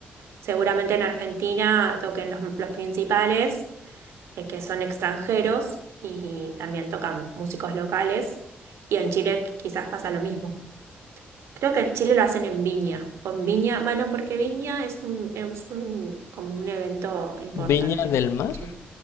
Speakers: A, on the right; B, on the left.
A: Seguramente en Argentina toquen los, los principales, eh, que son extranjeros, y también tocan músicos locales. Y en Chile qu- quizás pasa lo mismo. Creo que en Chile lo hacen en Viña, o en Viña, bueno, porque Viña es un, es un, como un evento importante,
B: Viña del Mar.
A: en Chile.